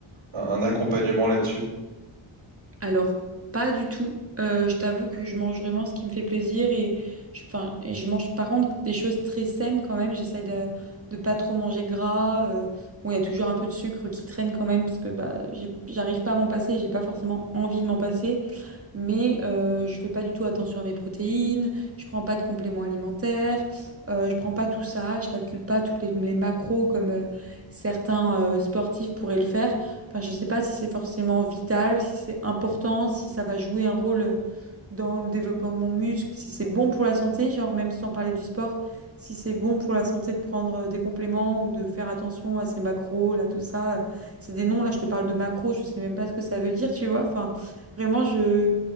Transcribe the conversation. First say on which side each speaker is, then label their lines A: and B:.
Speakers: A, on the right; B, on the right.
A: un, un un accompagnement là-dessus?
B: Alors, pas du tout. Euh, je t'avoue que je mange vraiment ce qui me fait plaisir et je, enfin, et je mange par contre des choses très saines quand même. J'essaie de, de pas trop manger gras. euh, bon, il y a toujours un peu de sucre qui traîne quand même parce que bah, j'ai- j'arrive pas à m'en passer, j'ai pas forcément envie de m'en passer. mais euh, je fais pas du tout attention à mes protéines, je prends pas de compléments alimentaires, euh, je prends pas tout ça, je calcule pas toutes les, les macros comme euh, certains euh, sportifs pourraient le faire. Enfin, je sais pas si c'est forcément vital, si c'est important, si ça va jouer un rôle dans le développement de mon muscle, si c'est bon pour la santé, genre même sans parler du sport, si c'est bon pour la santé de prendre euh, des compléments ou de faire attention à ses macros, là, tout ça. C'est des noms, là, je te parle de macros, je sais même pas ce que ça veut dire, tu vois. Enfin, vraiment, je